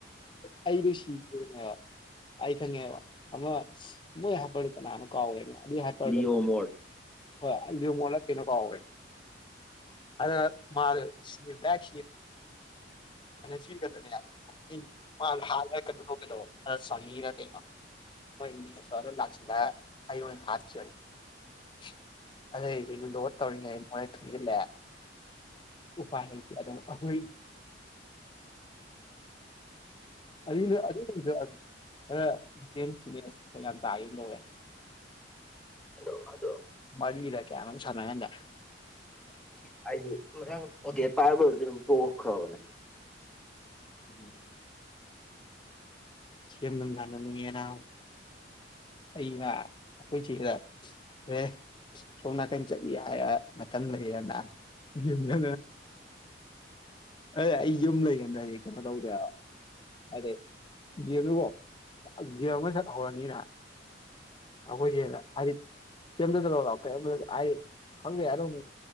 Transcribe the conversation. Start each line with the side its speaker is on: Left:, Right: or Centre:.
Left: ꯑꯩꯗꯣ ꯁꯤꯈꯤꯕꯦꯅꯦꯕ ꯑꯩ ꯈꯪꯦ ꯑꯃꯃ ꯃ ꯌꯥ ꯄꯀꯅꯅ ꯀꯥꯎꯋꯦꯅꯦ ꯑꯗꯨ ꯍꯥꯏꯇꯥꯔꯒꯗꯤ
Centre: ꯂꯤꯌꯣ ꯃꯣꯔ
Left: ꯍ ꯂꯌꯨꯃꯣꯂ ꯊꯅꯀꯣ ꯑꯋꯥ ꯑꯗ ꯃꯥꯗꯣ ꯁꯤꯦꯛ ꯁꯤꯒꯗꯅꯦ ꯑꯩꯅꯩꯅꯗ ꯍꯥꯂꯒ ꯀꯩꯅꯗꯧꯕ ꯁꯪꯉꯤꯅ ꯀꯩꯅꯣ ꯍ ꯃꯤ ꯂꯥꯛꯗꯣꯟ ꯍꯥ <inaudible> ꯑꯗꯨꯗꯩꯗꯤ ꯂꯣ ꯇꯧꯔꯤꯉꯩ ꯃꯣꯏꯅ ꯊꯨꯖꯤꯜꯂꯑꯦ ꯎꯄꯥꯏꯁ ꯑꯗꯨꯝ ꯑꯩꯈꯣꯏ ꯑꯁ ꯇ ꯇꯔ
Centre: ꯑꯗꯣ ꯑꯗꯣ
Left: ꯀꯂ ꯀꯦ ꯁꯔꯃꯦ
Centre: ꯍꯥꯏ ꯑꯣ ꯄꯔꯕ ꯑꯣꯏ ꯄꯣꯈ꯭ꯔꯣꯕꯅꯦ
Left: ꯎꯝ ꯦꯝ ꯅꯝꯖꯅꯤꯦꯔ ꯑꯩꯅ ꯑꯩꯈꯣꯏꯁꯤꯗ ꯑꯦꯦ ꯁꯣꯝ ꯅꯥꯀꯟ ꯆꯠꯂꯤ ꯍꯥꯏꯔ ꯃꯇꯝ ꯂꯩꯔꯅ ꯌꯨꯝꯗ꯭ꯔ ꯑꯦ ꯑꯩ ꯌꯨꯝ ꯂꯩ ꯗꯗꯤ ꯀꯩꯅꯣ ꯇꯧꯗꯦꯕ ꯑꯗꯩ ꯌꯦꯝꯗꯨꯀꯣ ꯒꯦꯝ ꯑꯃ ꯁꯛ ꯍꯧꯔꯅꯤꯅ ꯑꯩꯈꯣꯏꯁꯦꯅ ꯍꯥꯏꯗꯤ ꯁꯦꯝꯗꯗꯅꯣ ꯂꯥꯎ <unintelligible> ꯍꯥꯢꯗꯤ ꯈꯪꯗꯨꯝ